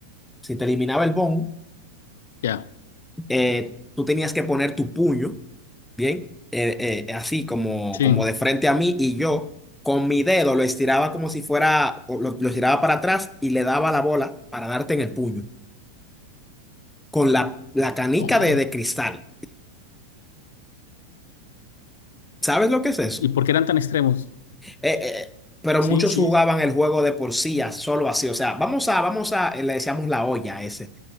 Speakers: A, in the centre; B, on the left.
A: Si te eliminaba el bon,
B: ya,
A: eh, tú tenías que poner tu puño, ¿bien? Eh, eh, así como,
B: sí.
A: como de frente a mí y yo con mi dedo lo estiraba como si fuera, o lo, lo estiraba para atrás y le daba la bola para darte en el puño, con la, la canica
B: Oh,
A: de, de cristal. ¿Sabes lo que es eso?
B: ¿y por qué eran tan extremos?
A: Eh, eh, eh, pero
B: Sí,
A: muchos
B: sí,
A: jugaban el juego de por sí, a- solo así. O sea, vamos a, vamos a, eh, le decíamos la olla a ese